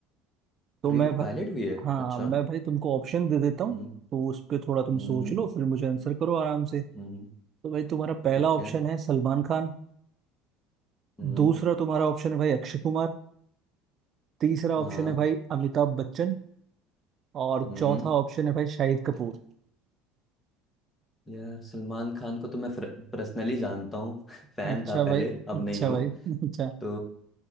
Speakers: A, on the right; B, on the left.
A: तो
B: ट्रेंड
A: मैं भाई
B: पायलट भी है
A: हाँ
B: अच्छा
A: मैं भाई तुमको ऑप्शन दे देता हूँ
B: हम्म
A: तो उस पर थोड़ा तुम
B: हम्म
A: सोच
B: हम्म
A: लो फिर मुझे आंसर करो आराम से
B: हम्म,
A: तो भाई तुम्हारा पहला
B: ठीक
A: ऑप्शन
B: है
A: है सलमान खान
B: हम्म
A: दूसरा तुम्हारा ऑप्शन है भाई अक्षय कुमार तीसरा ऑप्शन
B: हाँ
A: है भाई अमिताभ बच्चन और
B: हम्म
A: चौथा ऑप्शन है भाई शाहिद कपूर
B: यार सलमान खान को तो मैं पर्सनली जानता हूँ <laughs> फैन
A: अच्छा
B: था पहले
A: भाई
B: अब
A: अच्छा
B: नहीं हूँ
A: भाई <laughs> अच्छा
B: तो